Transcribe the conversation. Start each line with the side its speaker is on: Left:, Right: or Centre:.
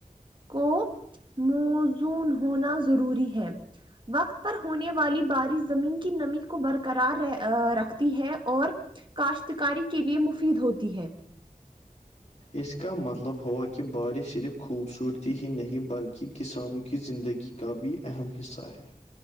Right: کو موزون ہونا ضروری ہے وقت پر ہونے والی بارش زمین کی نمی کو برقرار رہ رکھتی ہے اور کاشتکاری کے لیے مفید ہوتی ہے
Left: اس کا مطلب ہوا کہ بارش صرف خوبصورتی ہی نہیں بلکہ کسانوں کی زندگی کا بھی اہم حصہ ہے